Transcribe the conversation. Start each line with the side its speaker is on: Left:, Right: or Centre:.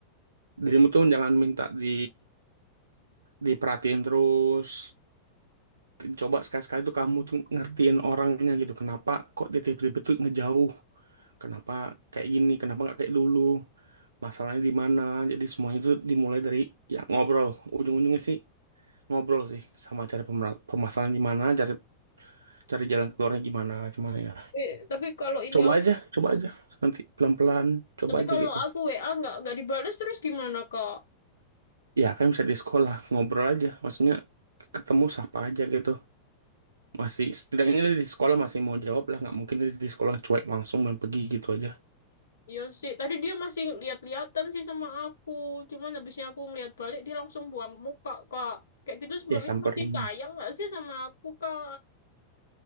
Right: dirimu tuh jangan minta di diperhatiin terus coba sekali-sekali tuh kamu tuh ngertiin orangnya gitu kenapa kok dia tiba-tiba tuh ngejauh kenapa kayak gini kenapa nggak kayak dulu masalahnya di mana jadi semuanya itu dimulai dari ya ngobrol ujung-ujungnya sih ngobrol sih sama cari pemer- permasalahan di mana cari cari jalan keluarnya gimana cuman ya
Left: tapi, tapi kalau ini
Right: coba
Left: aku-
Right: aja coba aja nanti pelan-pelan coba
Left: tapi
Right: aja
Left: kalau
Right: gitu
Left: aku WA nggak nggak dibales terus gimana Kak?
Right: ya kan bisa di sekolah ngobrol aja maksudnya ketemu siapa aja gitu masih setidaknya dia di sekolah masih mau jawab lah nggak mungkin dia di sekolah cuek langsung main pergi gitu aja
Left: Iya sih, tadi dia masih lihat-lihatan sih sama aku. Cuman habisnya aku ngeliat balik, dia langsung buang muka, Kak. Kayak gitu sebenarnya
Right: ya samperin
Left: masih sayang nggak sih sama aku, Kak?